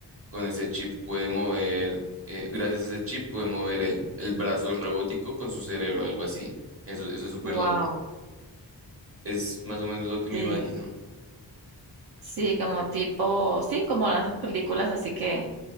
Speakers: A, on the right (about 35°); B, on the right (about 65°).
A: con ese chip puede mover, eh, gracias a ese chip puede mover el, el brazo robótico con su cerebro, algo así. Eso, eso es súper
B: Wow.
A: loco. Es más o menos lo que me
B: Sí.
A: imagino.
B: Sí, como tipo sí, como las películas así que